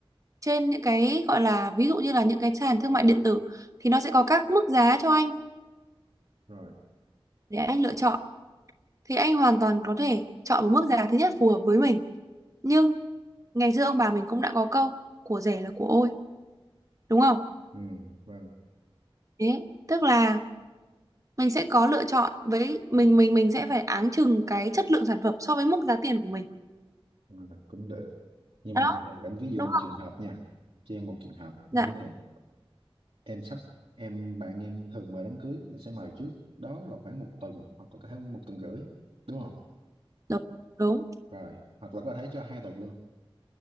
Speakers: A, on the right; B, on the right.
A: trên những cái gọi là ví dụ như là những cái sàn thương mại điện tử thì nó sẽ có các mức giá cho anh
B: rồi
A: để anh lựa chọn thì anh hoàn toàn có thể chọn một mức giá thứ nhất phù hợp với mình nhưng ngày xưa ông bà mình cũng đã có câu của rẻ là của ôi đúng không
B: ừ. vâng
A: thế tức là mình sẽ có lựa chọn với mình mình mình sẽ phải áng chừng cái chất lượng sản phẩm so với mức giá tiền của mình
B: à, cũng được nhưng
A: đó
B: mà bây giờ anh ví dụ
A: đúng
B: một
A: không
B: trường hợp nha cho em một trường hợp như
A: dạ
B: thế này em sắp em bạn em thường mời đám cưới là sẽ mời trước đó là khoảng một tuần hoặc là có thể một tuần rưỡi đúng không
A: đúng đúng
B: rồi hoặc là có thể cho hai tuần luôn